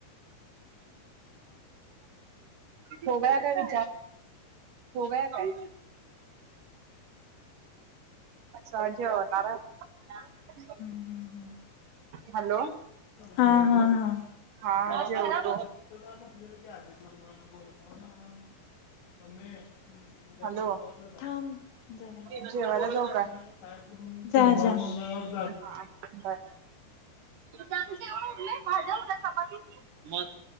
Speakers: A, on the right; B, on the left.
A: होग काय विचार होवया काय सा जेवणार आय आता
B: हम्म हम्म.
A: हॅलो
B: हा हा हा.
A: हा जेव
B: <unintelligible> <unintelligible>
A: हॅलो
B: थांब जरा.
A: जेवायला
B: काय
A: जाऊ का?
B: करू जा-जा
A: हा बर <unintelligible> उघडलय. भाज्या हो का चपाती मग